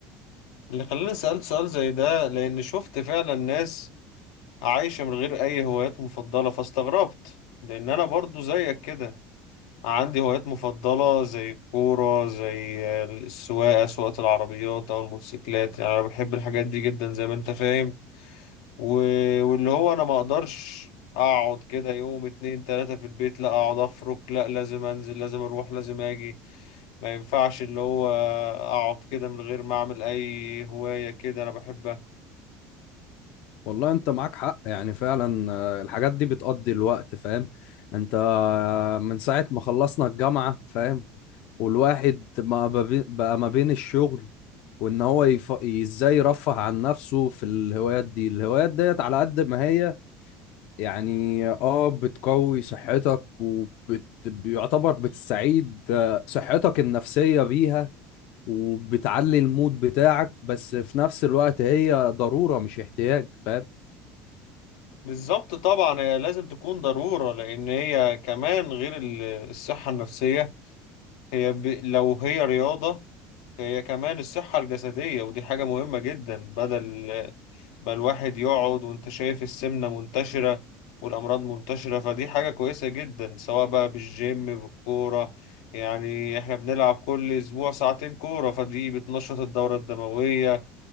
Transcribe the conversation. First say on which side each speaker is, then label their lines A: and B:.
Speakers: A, on the left (about 80°); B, on the left (about 60°).
A: اللي خلاني سألت سؤال زي ده لان شفت فعلا ناس عايشة من غير اي هوايات مفضلة فاستغربت لان انا برضو زيك كده عندي هوايات مفضلة زي الكورة زي السواقة سواقة العربيات او الموتوسيكلات يعني انا بحب الحاجات دي جدا زي ما انت فاهم و- واللي هو انا ما اقدرش اقعد كده يوم اتنين تلاتة في البيت لا اقعد افرك لا لازم انزل لازم اروح لازم اجي ما ينفعش اللي هو اقعد كده من غير ما اعمل اي هواية كده انا بحبها
B: والله انت معاك حق يعني فعلا آه، الحاجات دي بتقضي الوقت فاهم انت آه، من ساعة ما خلصنا الجامعة فاهم والواحد ما ببي- بقى ما بين الشغل وان هو يف... ازاي يرفه عن نفسه في الهوايات دي الهوايات ديت على قد ما هي يعني اه بتقوي صحتك وبيعتبر بتستعيد آه، صحتك النفسية بيها وبتعلي المود بتاعك بس في نفس الوقت هي ضرورة مش احتياج فاهم
A: بالظبط طبعا هي لازم تكون ضرورة لان هي كمان غير ال- الصحة النفسية هي ب... لو هي رياضة هي كمان الصحة الجسدية ودي حاجة مهمة جدا بدل بقى الواحد يقعد وانت شايف السمنة منتشرة والأمراض منتشرة فدي حاجة كويسة جدا سواء بقى بالجيم بالكورة يعني احنا بنلعب كل أسبوع ساعتين كورة فدي بتنشط الدورة الدموية